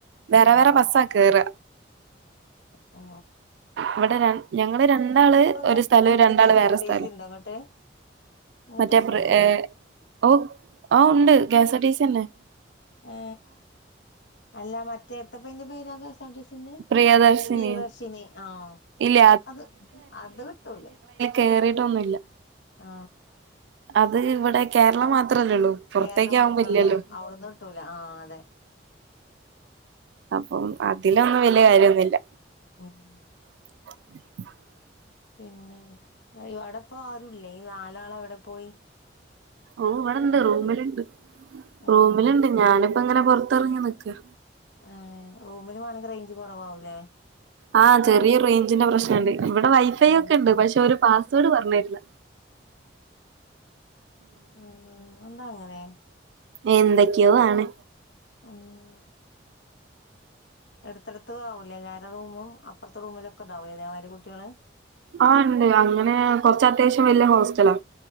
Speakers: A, on the right; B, on the left.
A: വേറെ
B: ആഹ്
A: വേറെ ബസ്സാ കേറ
B: ഓ
A: ഇവിടെ രണ്ട് ഞങ്ങള് രണ്ടാള്
B: ഇങ്ങക്ക്
A: ഒരു സ്ഥലേം
B: അവിടുന്ന്
A: രണ്ടാള്
B: കെ എസ്
A: വേറെ
B: ആർ ടി
A: സ്ഥലോം
B: സി ഉണ്ടോ ഇങ്ങട്ട് ഇങ്ങട്ട്
A: മറ്റേ
B: കിട്ടൂലല്ലേ
A: പ്ര് ഏ ഓ ആ ഉണ്ട് കേസാർട്ടീസി എനെ
B: ഏ അല്ല മറ്റേത്തെ പ്പ് ന്റെ പേരാ കാഷ സിന്റെ
A: പ്രിയദർശിനി
B: പ്രിയദർശിനി ആഹ്
A: ഇല്ല
B: അത് അത് കിട്ടൂല
A: കയറിട്ടൊന്നുംല്ല
B: ആ
A: അത് ഇവിടെ കേരളം മാത്ര മാത്രല്ലേള്ളൂ പുറത്തേക്കാവുമ്പോല്ലല്ലോ?
B: കേരളം മാത്രള്ളൂ അവിടുന്ന് കിട്ടൂല ആഹ് അതെ
A: അപ്പോം അതിലൊന്നും വല്ല്യ കാര്യംയൊന്നുല്ല.
B: ഉം
A: <inaudible>
B: പിന്നെ ഇവടെപ്പോ ആരുല്ലേ ഈ നാലാള് എവിടെ പോയി?
A: ഓ ഇവടെണ്ട്
B: മൂന്നാള്
A: റൂമിലുണ്ട്
B: ഏഹ്
A: റൂമിലുണ്ട്
B: ഇ
A: ഞാനിപ്പോ ഇങ്ങനെ പൊറത്തറങ്ങി നിക്ക
B: ഏ റൂമിന് വാണമെങ്കിൽ റേഞ്ച് കുറവാവുംലെ
A: ആഹ് ചെറിയ റേഞ്ചിന്റെ പ്രശ്ണണ്ട്. ഇവിടെ വൈഫൈ
B: ആഹ്
A: ഒക്കെ ഉണ്ട് പക്ഷെ ഓര് പാസ് വേഡ് പറഞ്ഞെരില്ല.
B: ആ ആ എന്താ അങ്ങനെ
A: എന്തൊക്കെയോ ആണ്.
B: ഉം എടുത്തെടുത്തും ആവും എല്ലാരെ റൂമും അപ്പുറത്തെ റൂമിലും ഒക്കെ ഉണ്ടാവില്ലേ ഇതേമാതിരി കുട്ടികള്
A: ആ ഇണ്ട് അങ്ങനെ കൊറച്ച് അത്യാവശ്യം വല്യ ഹോസ്റ്റലാ